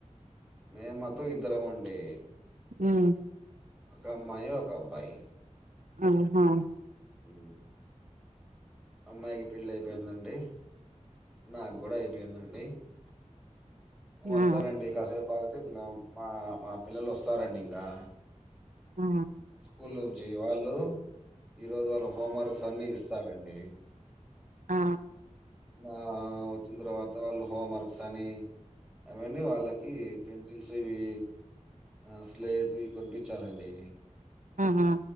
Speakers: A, in the centre; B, on the right (about 90°).
A: మే మొత్తం ఇద్దరం అండి
B: ఉమ్
A: ఒక అమ్మాయి, ఒక అబ్బాయి
B: ఆహా
A: ఊ అమ్మాయికి పెళ్లి అయిపోయిందండి నా గూడా అయిపోయిందండి వస్తారండి
B: ఆ
A: కాసేపు ఆగితే ఇంగా మా మా పిల్లలు వస్తారండి ఇంగా
B: ఆ
A: స్కూల్ నుంచి వాళ్ళు ఈ రోజు వాళ్ళు హోంవర్క్స్ అన్ని ఇస్ సారండి
B: ఆ
A: ఆ వచ్చిన తర్వాత వాళ్ళు హోమ్వర్క్స్ అని అవన్నీ వాళ్ళకి పెన్సిల్స్ ఇవి ఆ స్లేట్ ఇవి కొనిపిచ్చాలండి
B: ఆహ